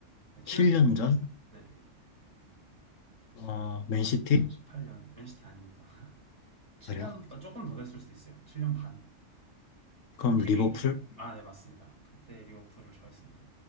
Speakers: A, on the right (about 25°); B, on the left (about 75°).
A: 네, 7년
B: 7년
A: 전부터 좋아했어요.
B: 전?
A: 네네.
B: 어,
A: 그럼
B: 맨시티?
A: 한 2018년, 맨시티 아닙니다. <laughs> 7년보다
B: 그래요?
A: 조금 더 됐을 수도 있어요. 7년 반. 그
B: 그럼
A: 팀이
B: 리버풀?
A: 이때, 아, 네, 맞습니다. 그때 리버풀을 좋아했습니다.